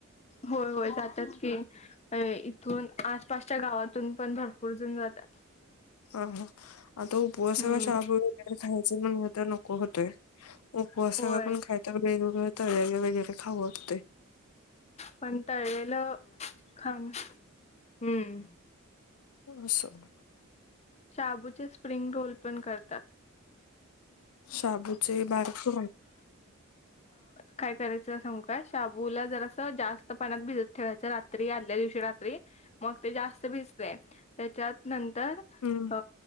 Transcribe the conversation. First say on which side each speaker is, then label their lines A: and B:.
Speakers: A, on the left; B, on the left.
A: होय होय जातात की अ इथून आसपासच्या गावातून पण भरपूर जन जातात
B: हा हा आता उपवासाला
A: हम्म
B: शाबू वगैरे खायच म्हण तर नको होतय उपवा
A: होय
B: सगळ पण खाय तर वेगवेगळे तर वेगळे वेगैळे खाऊत होते
A: पण तळेलेलं खाान हम्म
B: <inaudible>
A: शाबूचे स्प्रिंग रोल पण करतात
B: शबूचे बाारक
A: काय करायचं सग काय शाबूला जर अस जास्त पाण्यातत भिजत ठेवायचं आदल्या दिवशी रात्री मग ते जास्त भिजते त्याच्या तर
B: हम्म.
A: अ